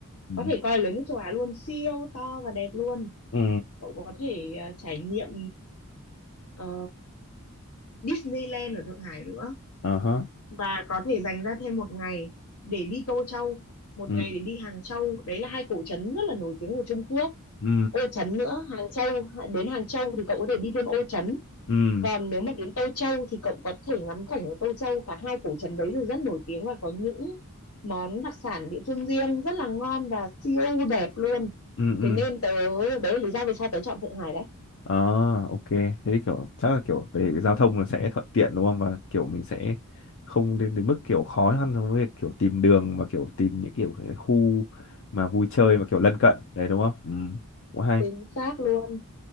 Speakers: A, on the left; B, on the left.
A: ừ
B: có thể coi là lớn nhất châu Á luôn siêu to và đẹp luôn
A: ừ
B: cậu có thể ờ, trải nghiệm ờ, Disneyland ở Thượng Hải nữa
A: ờ hả.
B: và có thể dành ra thêm một ngày để đi Tô Châu, một
A: ừ
B: ngày để đi Hàng Châu. Đấy là hai cổ trấn rất là nổi tiếng của Trung Quốc.
A: ừ
B: Ô Trấn nữa, Hàng Châu, đến Hàng Châu thì cậu có thể đi thêm Ô Trấn.
A: ừ
B: Còn nếu mà đến Tô Châu thì cậu có thể ngắm cảnh ở Tô Châu, cả hai cổ trấn đấy đều rất nổi tiếng và có những món đặc sản địa phương riêng rất là ngon và siêu đẹp luôn.
A: ừ Ừ.
B: Thế nên tớ, đấy là lý do vì sao tớ chọn Thượng Hải đấy.
A: À, ok. Thế kiểu chắc là kiểu về cái giao thông là sẽ thuận tiện đúng không? Và kiểu mình sẽ không đến đến mức kiểu khó khăn trong việc kiểu tìm đường và kiểu tìm những kiểu cái khu mà vui chơi và kiểu lân cận đấy đúng không? Ừ, cũng hay.
B: Chính xác luôn